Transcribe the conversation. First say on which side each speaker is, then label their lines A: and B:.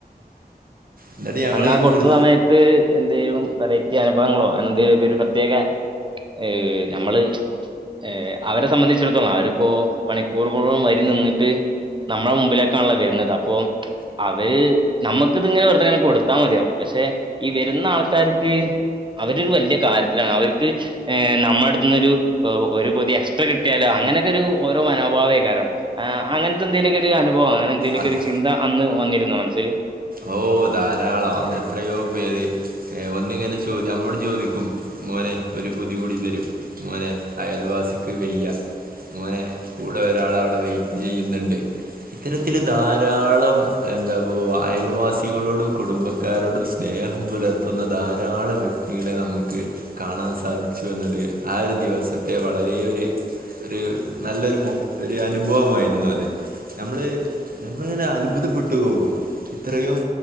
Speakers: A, on the right (about 60°); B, on the right (about 30°).
A: എന്നിട്ട് ഞങ്ങളിങ്ങനെ
B: അന്നാ കൊടുത്ത
A: കൊടു
B: സമയത്ത് എന്തേലും വെറൈറ്റി അനുഭവങ്ങളോ അനെ എന്തേലുമക്കെ ഒരു പ്രത്യേക ഏ ഞമ്മള് ഏ അവരെ സംബന്ധിച്ചിടത്തോളം അവരിപ്പോ മണിക്കൂറുകളോളം വരി നിന്നിട്ട്. നമ്മടെ മുമ്പിലേക്കാണല്ലോ വരുന്നത് അപ്പൊ അവരെ നമ്മുക്ക് ഇതിങ്ങനെ വെറുതെ. കൊടുത്താ മതിയാവും പക്ഷെ ഈ വരുന്ന ആൾക്കാർക്ക് അവരൊരു വലിയ കാര്യത്തിലാണ് അവർക്ക്. ഏ നമ്മുടെ അടുത്തുന്ന് ഒരു പൊതി എക്സ്ട്രാ കിട്ടിയാല് അങ്ങനെയൊക്കെ ഒരു ഓരോ മനോഭാവായികാരം. ആ അങ്ങനത്തെ എന്തേലൊക്കൊ ഒരു അനുഭവം അങ്ങനെ എന്തേലൊക്കെ
A: അത്
B: ഒരു ചിന്ത അന്ന് വന്നിരുന്നോ മനസ്സിൽ.
A: ഓ ധാരാളം അന്ന് എത്രയോ പേര് വന്നിങ്ങനെ ചോദി നമ്മളോട് ചോദിക്കും. മോനെ ഒരു പൊതി കൂടി തരൂ മോനെ അയൽവാസിക്ക് വയ്യ. മോനെ കൂടെ ഒരാളെ വിടെ വെയിറ്റ് ചെയ്യുന്നുണ്ട്. ഇത്തരത്തില് ധാരാളം എന്താപ്പോ അയൽ. അയൽവാസികളോടും കുടുംബക്കാരോടും സ്നേഹം പുലർത്തുന്ന ധാരാളം വ്യക്തികളെ നമുക്ക്. കാണാൻ സാധിച്ചു എന്നത് ആ ഒരു ദിവസത്തെ വളരെ ഒരു. ഒരു നല്ലൊരു മൊ ഒരു അനുഭവമായിരുന്നു അത് ഞമ്മള്. നമ്മളിങ്ങനെ അത്ഭുതപ്പെട്ട് പോകും ഇത്രയും.